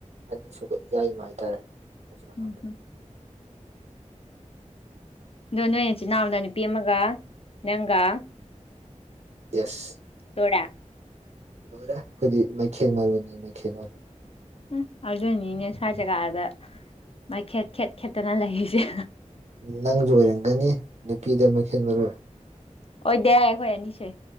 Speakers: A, on the right; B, on the left.
A: ꯑꯅꯤꯁꯨꯕ ꯌꯥꯏꯃꯥ ꯍꯥꯏꯇꯥꯔꯦ ꯃꯆꯤꯟ ꯃꯅꯥꯎꯗ
B: ꯎꯝ ꯑꯗꯣ ꯅꯣꯏ ꯅꯆꯤꯟꯅꯥꯎꯅ ꯅꯨꯄꯤ ꯑꯃꯒ ꯅꯪꯒ
A: ꯌꯦꯁ
B: ꯂꯣꯏꯔꯦ
A: ꯂꯣꯏꯔꯦ ꯑꯩꯈꯣꯏꯗꯤ ꯃꯩꯈꯦꯠ ꯃꯔꯨꯅꯤ ꯃꯩꯈꯦꯠ ꯃꯔꯨ
B: ꯎꯝ ꯑꯗꯨꯏꯅꯤꯅꯦ ꯁ꯭ꯋꯥꯏ ꯖꯒꯥꯗ ꯃꯩꯈꯦꯠ ꯈꯦꯠ ꯈꯦꯠꯇꯅ ꯂꯩꯔꯤꯁꯦ
A: ꯅꯪꯁꯨ ꯑꯣꯏꯔꯝꯒꯅꯤ ꯅꯨꯄꯤꯗ ꯃꯩꯈꯦꯠ ꯃꯔꯨ
B: ꯑꯣꯏꯗꯦ ꯑꯩꯈꯣꯏ ꯑꯅꯤ ꯁꯨꯏ